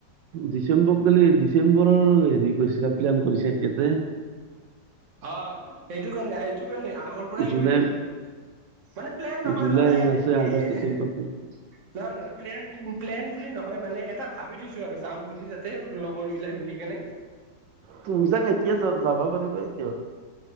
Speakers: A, on the right; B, on the right.
A: ডিচেম্বৰত গলে, ডিচেম্বৰৰ হেৰি কৰিছো প্লেন কৰিছে এখেতে।
B: অ' সেইটো কাৰণে সেইটো কাৰণে আগৰ পৰাই
A: জুলাই
B: কৰি থাকো। মানে প্লেন নহয়
A: জুলাই
B: মানে ইয়াতে
A: আছে
B: এ
A: আগষ্ট
B: নহয়
A: আছে তাতে।
B: নহয়, প্লেন প্লেন বুলি নহয় মানে এটা ভাবি থৈছো আৰু যাম বুলি তাতে। লগৰ বিলাক মিলি কেনে।
A: তুমি যাক এতিয়া, যা- যাব পাৰিবা এতিয়া।